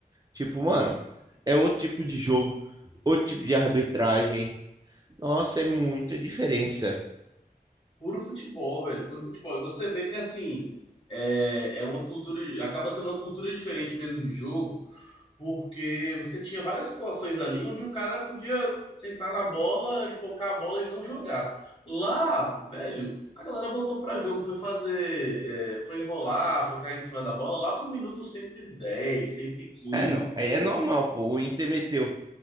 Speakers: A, on the right (about 25°); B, on the left (about 30°).
A: Tipo, mano, é outro tipo de jogo, outro tipo de arbitragem. Nossa, é muita diferença.
B: Puro futebol, velho. Puro futebol. E você vê que, assim, é, é uma cultura. Acaba sendo uma cultura diferente mesmo de jogo. Porque você tinha várias situações ali onde o cara podia sentar na bola e pocar a bola e não jogar. Lá, velho, a galera botou pra jogo, foi fazer, é, foi enrolar, foi cair em cima da bola lá pro minuto cento cento e dez cento e quinze
A: É, não, aí é normal, pô. O Inter meteu